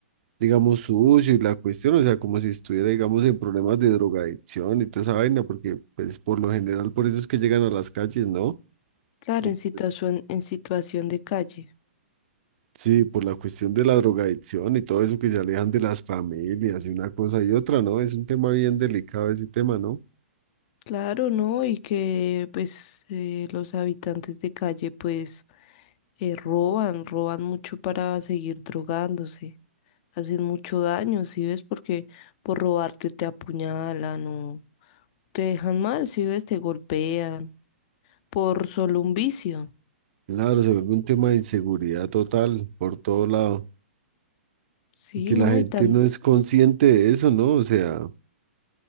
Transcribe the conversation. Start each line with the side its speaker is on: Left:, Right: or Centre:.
Right: digamos, sucio y la cuestión, o sea, como si estuviera, digamos, en problemas de drogadicción y toda esa vaina, porque, pues, por lo general, por eso es que llegan a las calles, ¿no?
Left: claro,
Right: O,
Left: en situación,
Right: pues,
Left: en situación de calle.
Right: sí, por la cuestión de la drogadicción y todo eso que se alejan de las familias y una cosa y otra, ¿no? Es un tema bien delicado ese tema, ¿no?
Left: Claro, ¿no? Y que pues eh, los habitantes de calle pues eh, roban, roban mucho para seguir drogándose, hacen mucho daño, ¿sí ves? Porque por robarte te apuñalan o te dejan mal, ¿sí ves? Te golpean por solo un vicio.
Right: Claro, se vuelve un tema de inseguridad total por todo lado
Left: Sí,
Right: y que la
Left: ¿no?
Right: gente
Left: Y tan,
Right: no es consciente de eso, ¿no? O sea...